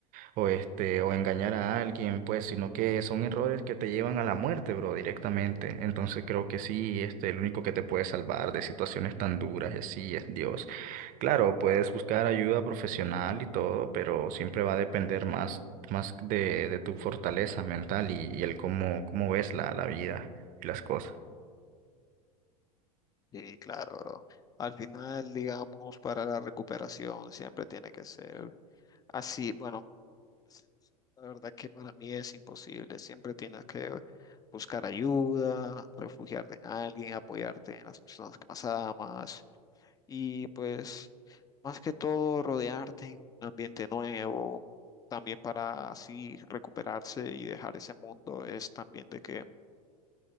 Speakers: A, on the right; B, on the left.
A: o este, o engañar a alguien, pues, sino que son errores que te llevan a la muerte, bro, directamente. Entonces creo que sí, este, el único que te puede salvar de situaciones tan duras y así es Dios. Claro, puedes buscar ayuda profesional y todo, pero siempre va a depender más, más de, de tu fortaleza mental y, y el cómo, cómo ves la, la vida y las cosas.
B: Sí, claro, bro. Al final, digamos, para la recuperación siempre tiene que ser así. Bueno, sí, la verdad que para mí es imposible. Siempre tienes que buscar ayuda, refugiarte en alguien, apoyarte en las personas que más amas y pues más que todo rodearte en un ambiente nuevo. También para así recuperarse y dejar ese mundo es también de que